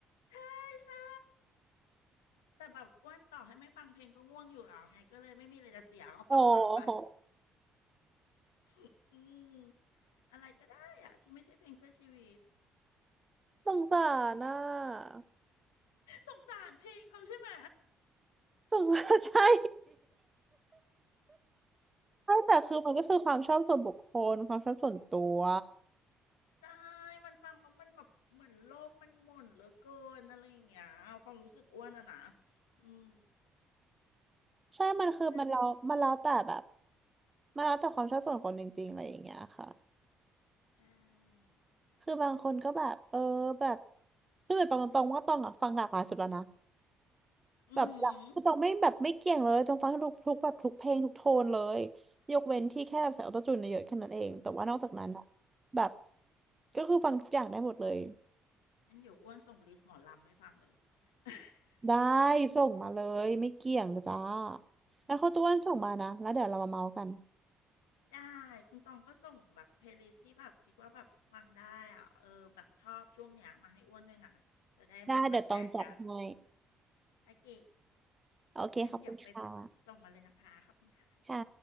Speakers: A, on the left (about 75°); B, on the right (about 20°).
A: ใช่ใช่ แต่แบบอ้วนต่อให้ไม่ฟังเพลงก็ง่วงอยู่แล้วไงก็เลยไม่มีอะไรจะเสียก็ฟังฟังไป
B: โอ้โห
A: <laughs> อืมอะไรก็ได้อะที่ไม่ใช่เพลงเพื่อชีวิต
B: สงสารน่ะ
A: สงสารเพลงเขาใช่ไหม
B: สงสาร <laughs> ใช่ ใช่แต่คือมันก็คือความชอบส่วนบุคคลความชอบส่วนตัว
A: ได้มันฟังแล้วมันแบบเหมือนโลกมันหม่นเหลือเกินอะไรอย่างเงี้ยความรู้สึกอ้วนอะนะอืม
B: ใช่มันคือมันแล้วมันแล้วแต่แบบ
A: ก็เลย
B: มันแล้วแต่ความชอบส่วนคนจริงๆอะไรอย่างเงี้ยค่ะ
A: ใช่
B: คือบางคนก็แบบเออแบบคือตรงตรงๆว่าตองอ่ะฟังหลากหลายสุดแล้วนะ
A: อื
B: แบบหลักคือตองไม่แบบไม่เกี่ยงเลยตองฟังทุกทุกแบบทุกเพลงทุกโทนเลย
A: ม
B: ยกเว้นที่แค่แบบใส่ออโต้จูนเยอะๆแค่นั้นเองแต่ว่านอกจากนั้นอะแบบก็คือฟังทุกอย่างได้หมดเลย
A: งั้นเดี๋ยวอ้วนส่งลิสต์หมอลำให้ฟังเลย <laughs>
B: ได้ส่งมาเลยไม่เกี่ยงจ้าแล้วเขาวต้วนส่งมานะแล้วเดี๋ยวเรามาเมาส์กัน
A: ได้คุณตองก็ส่งแบบเพลย์ลิสที่แบบคิดว่าแบบฟังได้อ่ะเออแบบชอบช่วงเนี้ยมาให้อ้วนด้วยนะจะได้แบบมาแชร์กัน
B: ได้เดี๋ยวต้องจัดให้
A: โอเค
B: โอเคขอบคุณค่ะ
A: งั้นเดี๋ยวไปส่งมาเลยนะคะขอบคุณค่ะ
B: ค่ะ